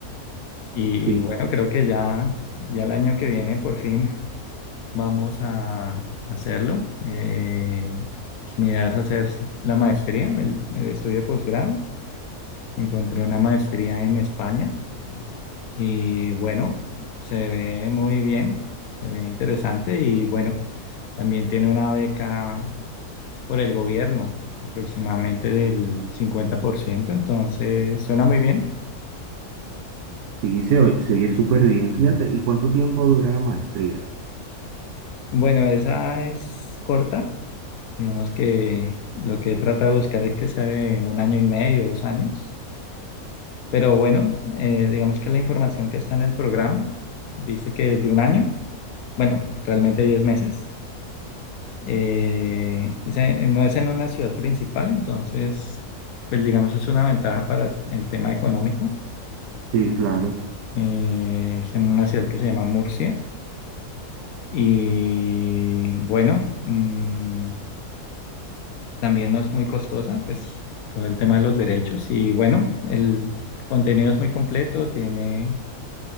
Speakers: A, on the left; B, on the right.
A: Y
B: Sí,
A: bueno, creo que ya, ya el año que viene por fin. Vamos a hacerlo. Eh, pues mi idea es hacer la maestría, el, el estudio de posgrado. Encontré una maestría en España y bueno, se ve muy bien, se ve interesante y bueno, también tiene una beca por el gobierno, aproximadamente del cincuenta por ciento entonces suena muy bien.
B: sí, se oye, se oye súper bien, fíjate. ¿Y cuánto tiempo dura la maestría?
A: Bueno, esa es corta, digamos que lo que he tratado de buscar es que sea de un año y medio, dos años Pero bueno, eh, digamos que la información que está en el programa dice que es de un año, bueno, realmente 10 meses. Eh, es en- no es en una ciudad principal, entonces, pues digamos es una ventaja para el tema económico.
B: Sí, claro.
A: Eh, es en una ciudad que se llama Murcia y bueno, mm, también no es muy costosa, pues todo el tema de los derechos y bueno, el contenido es muy completo, tiene